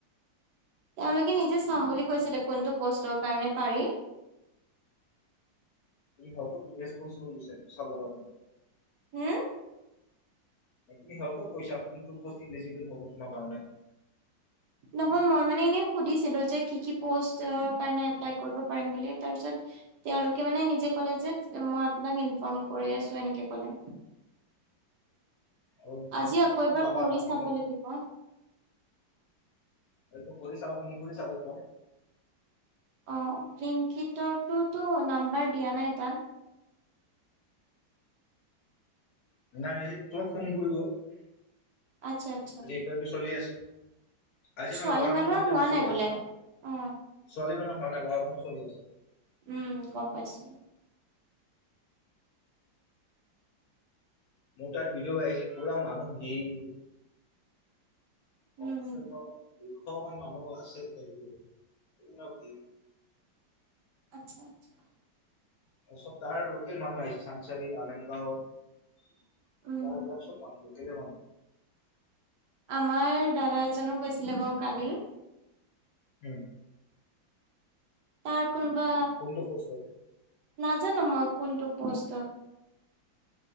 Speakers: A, on the right; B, on the left.
A: তেওঁলোকে নিজে চাম বুলি কৈছিলে। কোনটো পোষ্টৰ কাৰণে পাৰি।
B: হয়টো ইৰেচপনচিবল দিছে চাবৰ কাৰণে।
A: হম।
B: তুমি সিহঁতক কৈছা? কোনটো পষ্ট এলিজিবল হ'ব তোমাৰ কাৰণে।
A: নহয়, মই মানে এনেই সুধিছিলো যে কি কি পোষ্টৰ কাৰণে এপ্লাই কৰিব পাৰিম বুলি। তাৰ পিছত তেওঁলোকে মানে নিজেই কলে যে মই আপোনাক ইনফৰ্ম কৰি আছো, এনেকে কলে।
B: হয়, ব্লিনকিতটো
A: আজি আকৌ এবাৰ
B: যাবা,
A: কৰি
B: মাতিলে।
A: চাব লাগিব
B: এইটো কৰি চাবা, ফোন কৰি চাবা তেওঁক।
A: অ, ব্লিনকিটৰতটো নাম্বাৰ দিয়া নাই তাত।
B: নাই হেৰি, তোমাক ফোন কৰিব।
A: আতচ্ছা, আতচ্ছা।
B: ইনটাৰভিউ চলিয়ে আছে। আজি
A: ছোৱালী
B: মানে ল'ৰা
A: মানুহৰ
B: মানুহ ইন্টাৰভিউ
A: হোৱা নাই
B: চলি
A: বোলে
B: আছে।
A: অ
B: ছোৱালী মানুহ হোৱা নাই, ল'ৰা মানুহৰ চলি আছে।
A: উম, গম পাইছোঁ।
B: মোৰ তাত ভিডিঅ'ও আহিছে পুৰা মানুহ ভিৰ। কমছে
A: উম
B: কম দুশমান মানুহ আছে, তাতে ভিডিঅ'ত কেনেকুৱা ভিৰ।
A: আচ্ছা আচ্ছা।
B: তাৰপিছত তাৰ লোকেল মানুহ আহিছে, চাংচাৰী, আমিনগাঁও তাৰ
A: উম
B: এইবিলাক চব মানুহে কেনে মানু্হ।
A: আমাৰ দাদা এজনো গৈছিলে বাৰু কালি।
B: উম।
A: তাৰ কোনোবা
B: কোনটো পষ্টত
A: নাজানো মই কোনটো পোষ্টত।